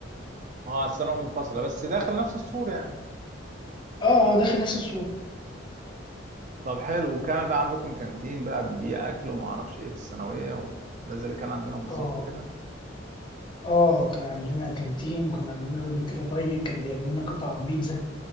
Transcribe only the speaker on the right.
اه الثانوية منفصلة بس داخل نفس السور يعني
طب حلو وكان بقى عندكم كانتين بقى بيبيع أكل وما أعرفش إيه في الثانوية و... ده زي اللي كان عندنا بالظبط
كده